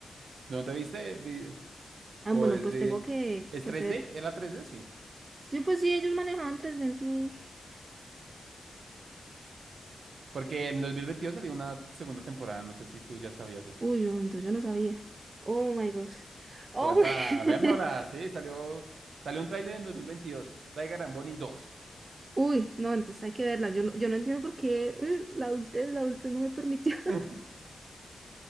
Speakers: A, on the right; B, on the right.
A: ¿No te viste? Di-
B: Ah,
A: ¿O
B: bueno,
A: es
B: pues
A: de...
B: tengo que,
A: ¿Es
B: que
A: 3D?
B: hacer
A: ¿Era 3D? Sí.
B: Sí, pues sí, ellos manejaban tres en sus...
A: Porque en 2022 salió una segunda temporada. No sé si tú ya sabías eso.
B: Uy, yo- entonces yo no sabía. Oh my gosh. Oh
A: Como es
B: my...
A: para vernosla, sí, salió, salió un tráiler en dos mil veintidós Tiger and Bunny dos
B: <laughs> Uy, no, entonces hay que verla. Yo no, yo no entiendo por qué eh, la adultez, la adultez no me permitió. <laughs>
A: <laughs>